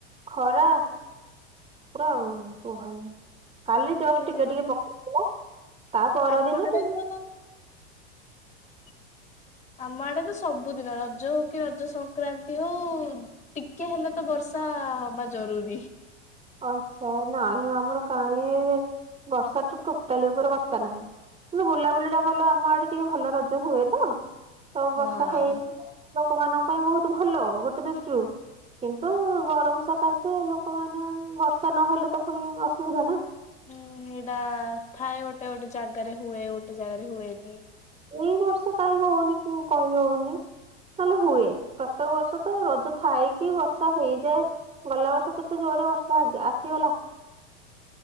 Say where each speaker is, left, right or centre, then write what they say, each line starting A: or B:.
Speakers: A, on the right; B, on the left.
A: ଖରା ପୁରା କୁହନି। କାଲି ଜଷ୍ଟ
B: କେଜାଣି
A: ଟିକେ ଟିକେ ପକଉଥିଲା ତା ପରଦିନ
B: ଆମ ଆଡେ
A: ଟି <unintelligible>
B: ତ <inaudible> ଆମ ଆଡେ ତ ସବୁଦିନ ରଜ ହଉ କି ରଜ ସଂକ୍ରାନ୍ତି ହଉ ଟିକେ ହେଲେ ତ ବର୍ଷା ହବା ଜରୁରୀ।
A: ଆଚ୍ଛା ନାହିଁ ଆମର କାହିଁ ବର୍ଷାଠୁ ଟୋଟାଲି ଉପରେ ବର୍ଷା ନାହିଁ। କିନ୍ତୁ ବୁଲାବୁଲି ଟା ଭଲ ଆମ ଆଡେ ଟିକେ ଭଲ ରଜ ହୁଏ ତ ତ
B: ହଁ।
A: ବର୍ଷା ହେଇ ଲୋକମାନଙ୍କ ପାଇଁ ବହୁତ ଭଲ ଗୋଟେ ଦୃଷ୍ଟିରୁ କିନ୍ତୁ ଗରମ ସକାଶେ ଲୋକମାନେ ବର୍ଷା ନହେଲେ ତ ପୁଣି ଅସୁବିଧା ନା।
B: ହୁଁ ସେଇଟା ଥାଏ ଗୋଟେ ଗୋଟେ ଜାଗାରେ ହୁଏ ଗୋଟେ ଜାଗାରେ ହୁଏନି।
A: ଏଇ ବର୍ଷ କାହିଁକି ହଉନି କହିହଉନି। ନହେଲେ ହୁଏ ପ୍ରତ୍ୟେକ ବର୍ଷ ତ ରଜ ଥାଇକି ବର୍ଷା ହେଇଯାଏ। ଗଲା ବର୍ଷ କେତେ ଜୋରରେ ବର୍ଷାଗ ଆସିଗଲା।